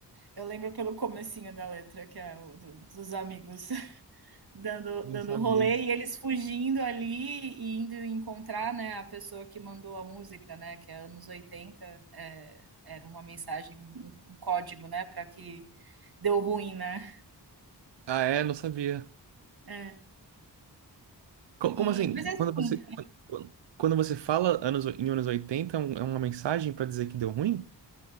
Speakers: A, on the right (about 55°); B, on the right (about 75°).
A: Eu lembro pelo comecinho da letra, que é o do- dos amigos <laughs> dando,
B: Não
A: dando
B: sabia.
A: rolê e eles fugindo ali e indo encontrar, né, a pessoa que mandou a música, né, que é anos 80. é, era uma mensagem, um, um código, né, para que deu ruim, né?
B: Ah, é? Não sabia.
A: É.
B: Co- Como
A: E,
B: assim?
A: mas assim,
B: Quando você, quando, quando você fala anos, em anos 80 é um- é uma mensagem pra dizer que deu ruim?